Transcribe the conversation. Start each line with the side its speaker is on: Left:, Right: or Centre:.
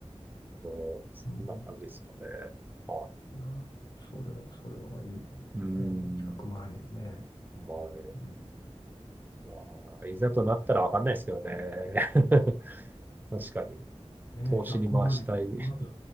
Right: ねえ、そんな感じですかね。
Left: うん、
Right: は
Left: いや、それは、それはいい。
Right: い。うーん。
Left: もう100万円ね。
Right: まあね、
Left: うん、
Right: まあ、いざとなったらわかんないですよね。<laughs> 確かに。
Left: ね、
Right: 投資に回したい。
Left: 100万円、まず